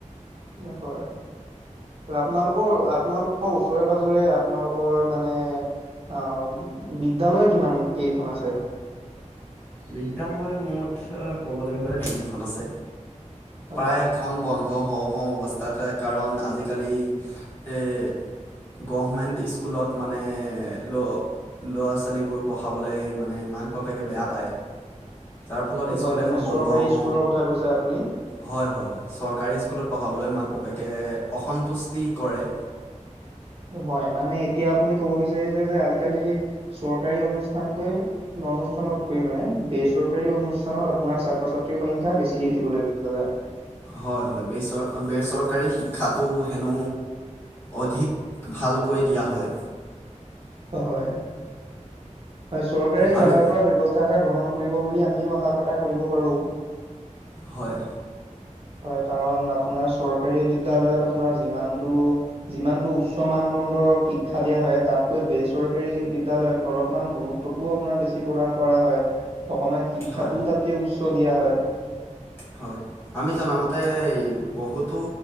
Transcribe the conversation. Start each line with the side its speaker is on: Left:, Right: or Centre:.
Right: ন হয় আপোনালোকৰ আপোনালোকৰ ওচৰে পাজৰে আপোনালোকৰ মানে অ- বিদ্যালয় কিমান কেইখন আছে?
Left: বিদ্যালয় মুঠ ক'বলৈ গ'লে তিনিখন আছে। প্ৰায়
Right: হয়
Left: এখন বন্ধ হওঁ হওঁ অৱস্থাতে কাৰণ আজিকালি সে- গভমেণ্ট স্কুলত মানে ল ল'ৰা ছোৱালীবোৰ পঢ়াবলৈ মানে- মাক বাপেকে বেয়া পায়। যাৰ ফলত
Right: হয়
Left: স্কুল
Right: মানে
Left: এখন
Right: চৰকাৰী
Left: বন্ধ হওঁ
Right: স্কুলৰ কথা কৈছে আপু
Left: হয় হয় হয়, চৰকাৰী স্কুলত পঢ়াবলৈ মাক বাপেকে অসন্তুষ্টি কৰে।
Right: হয় মানে এতিয়া আপুনি কব বিচাৰিছে যে আজিকালি চৰকাৰী অনুষ্ঠানকৈ অনুষ্ঠানতকৈ মানে বেচৰকাৰী অনুষ্ঠানত আপোনাৰ ছাত্ৰ ছাত্ৰ সংখ্যা বেছি দেখিবলৈ পোৱা যায়।
Left: হয় হয় বেচৰ বেচৰকাৰী শিক্ষাত। টো হেনো অধিক ভালকৈ দিয়া হয়।
Right: অ হয়। হয় চৰকাৰে ইয়াৰ
Left: আমি
Right: ওপৰত ব্যৱস্থা এটা গ্ৰহণ কৰিব বুলি আমিও আশা কৰ্তা কৰিব পাৰোঁ।
Left: হয়।
Right: <inaudible> হয় কাৰণ আপোনাৰ চৰকাৰী বিদ্যালয়ত আপোনাৰ যিমানটো যিমানটো উচ্চ মানদণ্ডৰ শিক্ষা দিয়া হয়, তাতকৈ বেচৰকাৰী বিদ্যালয়ত অলপমান। গুৰুত্বটোও আপোনাৰ বেছি প্ৰদান কৰা হয়। অকণমান শিক্ষাটো
Left: হয়
Right: তাতকে উচ্চ- দিয়া হয়।
Left: হয় আমি জনামতে বহুতো